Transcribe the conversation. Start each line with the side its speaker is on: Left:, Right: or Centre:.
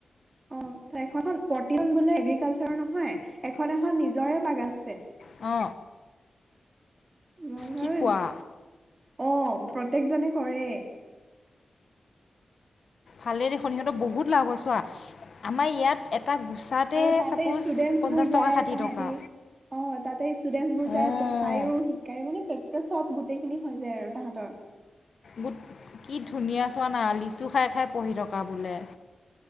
Right: অহ একোখন প্ৰতিখন বোলে এগ্ৰিকালচাৰ নহয় এখন এখন নিজৰে বাগান আছে
Left: অ
Right: মই বাৰু
Left: কি কোৱা
Right: অহ প্ৰত্যয়েকজনে কৰে
Left: ভালে দেখোন সিহঁতৰ বহুত লাভ হয় চোৱা আমাৰ ইয়াত এটা গুছাতে
Right: আৰু তাতে
Left: ছাপ'ছ
Right: ষ্টুডেন্টচ
Left: পঞ্চাছ
Right: বোৰ যায়
Left: টকা ষাঠি
Right: তাহাঁতি
Left: টকা।
Right: অ তাতে ষ্টুডেন্টছ বোৰ যায়
Left: অঁ
Right: প। খায়ো শিকায়ো মানে প্ৰেক্টিতিকেল চব গোটেই খিনি হৈ যায় আৰু তাহাঁতৰ।
Left: গোট কি ধুনীয়া চোৱা না লিচু খাই খাই পঢ়ি থকা বোলে।